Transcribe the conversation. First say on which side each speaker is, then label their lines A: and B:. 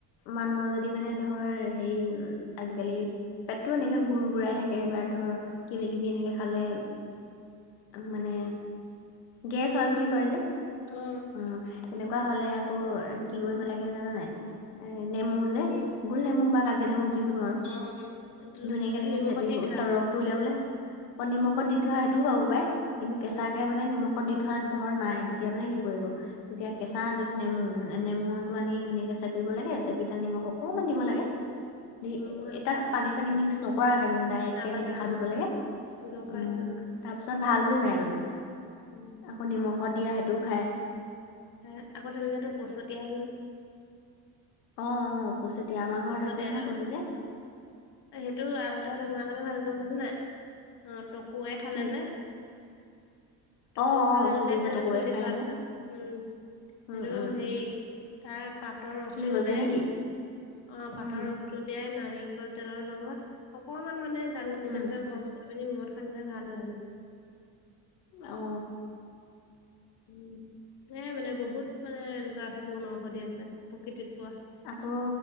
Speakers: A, on the left; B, on the left.
A: মানুহৰ যদি মানে, ধৰ হেৰি, আজিকালি পেটটো এনেকে, গুৰ- গুৰাই থাকে বা ধৰ, কিবা কিবি এনেকে খালে। মানে, গেছ হয়
B: উম
A: বুলি কয় যে?
B: উম অ
A: অ'! তেনেকুৱা হ'লে আকৌ, কি কৰিব লাগে জানা নাই? এ, নেমু যে
B: কি?
A: গোল নেমু বা কাজি নেমু যিকোনো আৰু
B: <unintelligible>
A: ধুনীয়াকে এনেকে
B: নিমখত
A: চেপিব,
B: দি ধোৱা
A: ৰসটো উলিয়াবলে। অ'! নিমখত দি থোৱা, সেইটোও ভৰাব পাই। কিন্তু, কেঁচাকে
B: উম
A: মানে, নিমখত দি ধৰা, ধৰ নাই! তেতিয়া মানে, কি কৰিব? তেতিয়া, কেঁচা
B: অ',
A: যিটো নেমু, মানে, নেমু টো আনি ধুনীয়াকে চেপিব লাগে। চেপি, তাত নিমখ অকমান দিব লাগে। <unintelligible>
B: অ', মই সেইটো
A: এ,
B: খাই
A: তাত
B: পাইছো
A: পানী -চানী মিক্স নকৰাকে মানে, ডাইৰেক্টকে
B: নালাগে
A: এনেকে খাই
B: অ',
A: দিব লাগে।
B: গম
A: উম
B: পাইছোঁ।
A: তাৰপিছত ভাল হৈ যায় মানে।
B: উম!
A: আকৌ নিমখত দিয়া সেইটোও খায়।
B: হে আকৌ তেনেকে তোৰ পছতীয়া যেন।
A: অ অ পছতীয়া আমাৰ
B: পচতীয়া
A: ঘৰত আছে নহয়
B: তেল,
A: পছতীয়া।
B: সেইটো আৰু এটা বেমাৰ মানে ভাল গম পাইছে নাই অ টকুৱে খালে
A: কি
B: যে। <inaudible> টোকৌ
A: অ অ
B: খালে বুলি
A: চুলি যে
B: কলে
A: টকৌৱে
B: চুলি
A: খাই
B: সৰাটো যে উম
A: উম
B: হেটো
A: উম
B: সেই তাৰ পাতৰ ৰসটো
A: চুলি গজে
B: উলিয়াই
A: নেকি
B: অ পাতৰ
A: উম
B: ৰসটো উলিয়াই নাৰিকল তেলৰ লগত অকমান মানে দান
A: উম
B: দানকে গৰম, আপুনি মূৰত সানিলে ভাল হয়।
A: অ,
B: উ এ মানে বহুত মানে এনেকুৱা আছে বনঔষধি আছে প্ৰকৃতিত পোৱা।
A: আকৌ